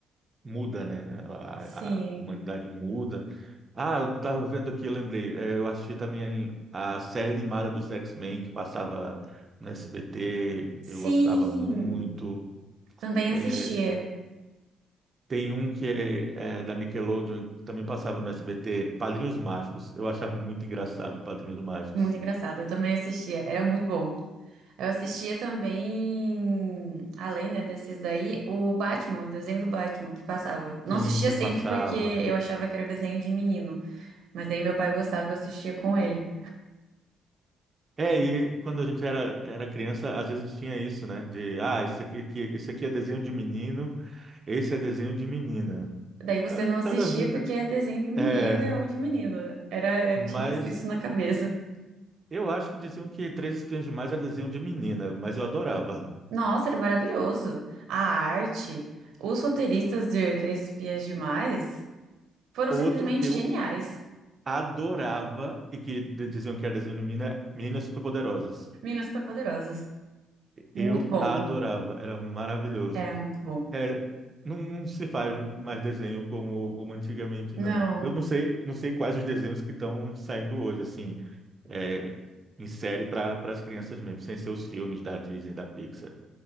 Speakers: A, on the right; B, on the right.
A: muda, né? A,
B: Sim.
A: a humanidade muda. Ah, eu tava vendo aqui, eu lembrei. É, eu assisti também a série animada dos X-Men que passava no SBT.
B: Sim,
A: Eu gostava muito.
B: também
A: É,
B: assistia.
A: tem um que é, é da Nickelodeon, que também passava no SBT, Padrinhos Mágicos. Eu achava muito engraçado Padrinhos Mágicos.
B: Muito engraçado, eu também assistia, era muito bom. Eu assistia também, além, né, desses daí, o Batman, o desenho do Batman que passava. Não
A: Sim,
B: assistia
A: que
B: sempre
A: passava.
B: porque eu achava que era desenho de menino, mas daí meu pai gostava, eu assistia com ele.
A: É, e quando a gente era, era criança, às vezes tinha isso, né? De, ah, isso aqui, que, isso aqui é desenho de menino, esse é desenho de menina.
B: Daí você
A: Ah,
B: não assistia
A: Nada a ver.
B: porque é desenho de menina
A: É,
B: ou de menino. Era,
A: mas
B: eu tinha isso na cabeça.
A: eu acho que diziam que Três Espiãs Demais era desenho de menina, mas eu adorava.
B: Nossa, era maravilhoso. A arte, os roteiristas de Três Espias Demais foram
A: Outro
B: simplesmente
A: que eu
B: geniais.
A: adorava e que d- diziam que era desenho de menina, Meninas Superpoderosas.
B: Meninas Superpoderosas. Muito
A: Eu
B: bom.
A: adorava, era maravilhoso.
B: Era muito bom.
A: É, não, não se faz mais desenho como, como antigamente,
B: Não,
A: não. Eu não sei, não sei quais os desenhos que estão saindo hoje, assim, é, em série para as crianças mesmo, sem ser os filmes da Disney, da Pixar.